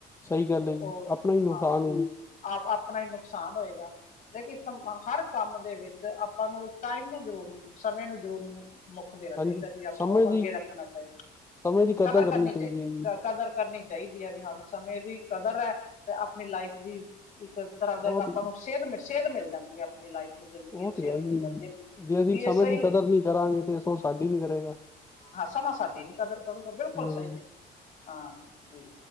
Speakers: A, on the left; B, on the left.
A: ਸਹੀ ਗੱਲ
B: ਤੇ
A: ਹੈ ਜੀ
B: ਉਹ
A: ਆਪਣਾ ਹੀ ਨੁਕਸਾਨ
B: ਹਾਂ
A: ਜੀ
B: ਆਪ ਆਪਣਾ ਹੀ ਨੁਕਸਾਨ ਹੋਏਗਾ ਏ ਕਿ ਹਰ ਕੰਮ ਦੇ ਵਿੱਚ ਆਪਾਂ ਨੂੰ ਟਾਈਮ ਨੂੰ ਜ਼ਰੂਰ, ਸਮੇਂ ਨੂੰ ਜ਼ਰੂਰ ਮੁ ਦੇਣਾ ਚਾਹੀਦਾ
A: ਹਾਂਜੀ
B: ਵੀ ਆਪਾਂ
A: ਸਮੇਂ
B: ਉਹ
A: ਦੀ
B: ਅੱਗੇ ਰੱਖਣਾ ਚਾਹੀਦਾ,
A: ਸਮੇਂ ਦੀ
B: ਕਦਰ ਕਰਨੀ
A: ਚਾਹੀਦੀ
B: ਚਾਹੀ
A: ਹੈ ਜੀ
B: ਕਦਰ ਕਰਨੀ ਚਾਹੀਦੀ ਆ ਵੀ ਹਾਂ, ਸਮੇਂ ਦੀ ਕਦਰ ਆ ਤੇ ਆਪਣੀ ਲਾਈਫ ਵੀ ਇੱਕ ਤਰ੍ਹਾਂ ਦਾ
A: ਬਹੁਤ
B: ਇੱਕ ਆਪਾਂ ਨੂੰ ਸੇਧ-ਸੇਧ ਮਿਲ ਜਾਂਦੀ ਆ। ਆਪਣੀ ਲਾਈਫ ਨੂੰ ਜ਼ਿੰਦਗੀ
A: ਉਹ
B: ਨੂੰ ਸੇਧ
A: ਤੇ ਹੈ ਹੀ
B: ਮਿਲ ਜਾਂਦੀ
A: ਹੈ
B: ਆ
A: ਜੇ ਅਸੀਂ
B: ਬਈ
A: ਸਮੇਂ
B: ਆ ਸਹੀ
A: ਦੀ ਕਦਰ ਨਹੀਂ ਕਰਾਂਗੇ ਤੇ ਸੋ ਸਾਡੀ ਨੀ ਕਰੇਗਾ
B: ਹਾਂ ਸਮਾਂ ਸਾਡੀ ਨੀ ਕਦਰ ਕਰੂਗਾ ਬਿਲਕੁਲ
A: ਹਾਂ
B: ਸਹੀ ਆ, ਹਾਂ ਵੀ